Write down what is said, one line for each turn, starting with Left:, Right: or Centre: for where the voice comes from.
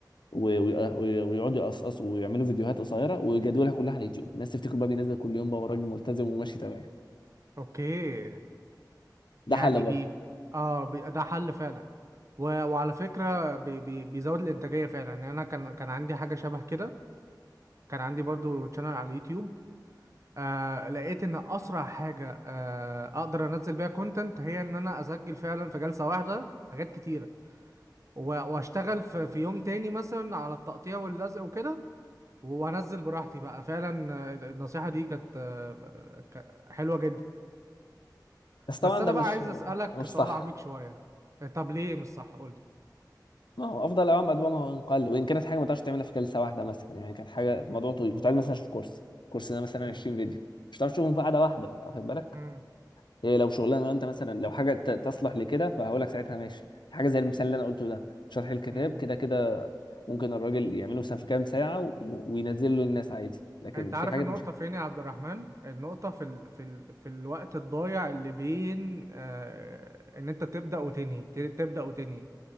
Left: و- و- و- ويقعدوا يقصقصوا ويعملوا فيديوهات قصيره ويجدولها كلها على اليوتيوب الناس تفتكر بقى بينزل كل يوم بقى والراجل ملتزم وماشي تمام
Right: اوكي
Left: ده
Right: يعني
Left: حل برضه
Right: بي اه بي... ده حل فعلا و... وعلى فكرة بي... بي... بيزود الإنتاجية فعلا يعني أنا كان كان عندي حاجة شبه كده كان عندي برضو شانل على اليوتيوب آه لقيت إن أسرع حاجة آه أقدر أنزل بيها كونتنت هي إن أنا أسجل فعلا في جلسة واحدة حاجات كتيرة و... وأشتغل في... في يوم تاني مثلا على التقطيع واللزق وكده وأنزل براحتي بقى فعلا آه، النصيحة دي كانت آه، ك- حلوة جدا
Left: بس طبعا
Right: بس أنا
Left: ده مش
Right: بقى عايز أسألك
Left: مش
Right: سؤال
Left: صح
Right: عميق شوية طب ليه مش صح قولي
Left: ما هو افضل اوام ادومها وان قل وان كانت حاجه ما تقدرش تعملها في جلسه واحده مثلا يعني كان حاجه موضوع طويل كنت عايز مثلا اشوف كورس كورس ده مثلا
Right: مم.
Left: 20 فيديو مش هتعرف تشوفهم في قعده واحده انت واخد بالك
Right: مم.
Left: هي لو شغلانه انت مثلا لو حاجه ت- تصلح لكده فهقول لك ساعتها ماشي حاجه زي المثال اللي انا قلته ده شرح الكتاب
Right: مم.
Left: كده كده ممكن الراجل يعمله مثلا في كام ساعه و- وينزله للناس عادي لكن
Right: انت عارف
Left: في حاجات
Right: النقطة
Left: مش
Right: فين يا عبد الرحمن؟ النقطة في ال... في ال... في الوقت الضايع اللي بين آه... ان انت تبدأ وتنهي ت... تبدأ وتنهي